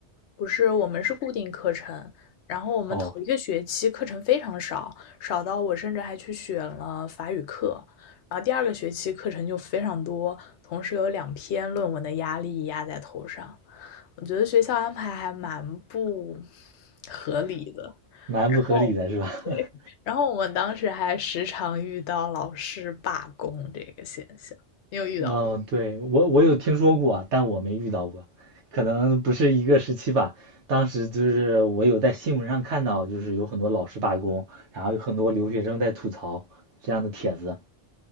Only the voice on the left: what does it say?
不是，我们是固定课程，然后我们头一个学期课程非常少，
少到我甚至还去选了法语课，然后第二个学期课程就非常多，同时有两篇论文的压力压在头上，我觉得学校安排还蛮不合理的。
然后，
然后我们当时还时常遇到老师罢工这个现象，你有遇到过？